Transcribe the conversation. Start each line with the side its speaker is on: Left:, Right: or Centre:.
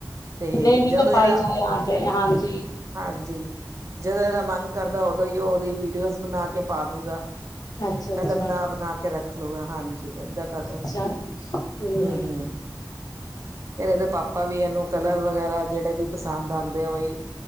Right: ਤੇ
Left: <unintelligible>
Right: ਜਦੋਂ
Left: ਕੋ ਪਾਈ
Right: ਇਹਦਾ
Left: ਜਾਏ ਆ ਪੇ ਹਾਂਜੀ
Right: ਹਾਂਜੀ, ਜਦੋਂ ਇਹਦਾ ਮਨ ਕਰਦਾ ਉਦੋਂ ਹੀ ਉਹਦੀ ਵੀਡੀਓਜ਼ ਬਣਾਕੇ ਪਾ ਦੂਗਾ।
Left: ਅੱਛਾ ਅੱਛਾ
Right: ਪਹਿਲਾ ਬਣਾ-ਬਣਾਕੇ ਰੱਖ ਲੁਗਾ, ਹਾਂਜੀ ਏਦਾਂ ਕਰਦਾ
Left: ਅੱਛਾ
Right: ਰਹਿੰਦਾ,
Left: ਹਮ
Right: ਹੂੰ, ਹੂੰ ਫਿਰ ਇਹਦੇ ਪਾਪਾ ਵੀ ਇਹਨੂੰ ਕਲਰ ਵਗੈਰਾ ਜਿਹੜੇ ਵੀ ਪਸੰਦ ਆਂਦੇ ਆ, ਓਈ